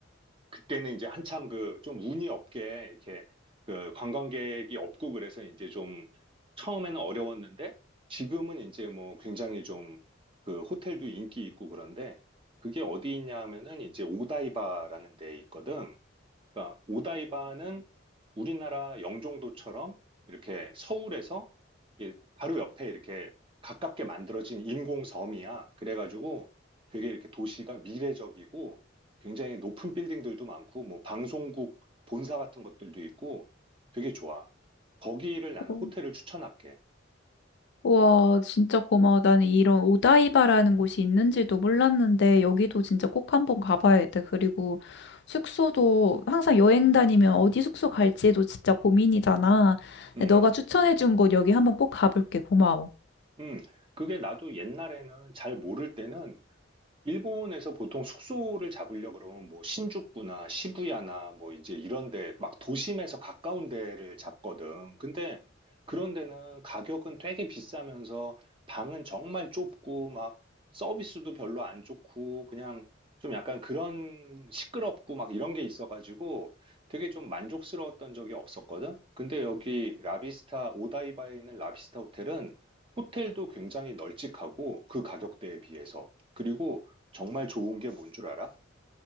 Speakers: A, on the right; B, on the left.
A: 그때는 이제 한참 그 좀 운이 없게 이렇게 그 관광객이 없고 그래서 이제 좀 처음에는 어려웠는데, 지금은 이제 뭐 굉장히 좀 그 호텔도 인기 있고 그런데, 그게 어디 있냐 하면은 이제 오다이바라는 데 있거든. 그러니까 오다이바는 우리나라 영종도처럼 이렇게 서울에서 이게 바로 옆에 이렇게 가깝게 만들어진 인공섬이야. 그래가지고 되게 이렇게 도시가 미래적이고 굉장히 높은 빌딩들도 많고 뭐 방송국 본사 같은 것들도 있고 되게 좋아. 거기를 나는
B: 어.
A: 호텔을 추천할게.
B: 와, 진짜 고마워. 나는 이런 오다이바라는 곳이 있는지도 몰랐는데, 여기도 진짜 꼭 한번 가봐야겠다. 그리고 숙소도 항상 여행 다니면 어디 숙소 갈지도 진짜 고민이잖아.
A: 음,
B: 근데 너가 추천해준 곳 여기 한번 꼭 가볼게. 고마워.
A: 음. 그게 나도 옛날에는 잘 모를 때는 일본에서 보통 숙소를 잡으려 그러면 뭐 신주쿠나 시부야나 뭐 이제 이런 데 막 도심에서 가까운 데를 잡거든. 근데 그런 데는 가격은 되게 비싸면서 방은 정말 좁고 막 서비스도 별로 안 좋고 그냥 좀 약간 그런 시끄럽고 막 이런 게 있어가지고 되게 좀 만족스러웠던 적이 없었거든. 근데 여기 라비스타 오다이바에 있는 라비스타 호텔은 호텔도 굉장히 널찍하고 그 가격대에 비해서 그리고 정말 좋은 게 뭔줄 알아?